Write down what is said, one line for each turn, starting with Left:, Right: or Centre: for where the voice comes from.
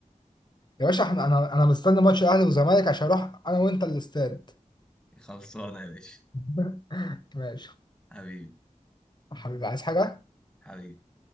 Left: يا باشا احنا انا انا مستني ماتش اهلي وزمالك عشان اروح انا وانت الاستاد
Centre: خلصانه يا باشا
Left: <laughs> ماشي
Centre: حبيبي
Left: يا حبيبي عايز حاجه
Centre: حبيبي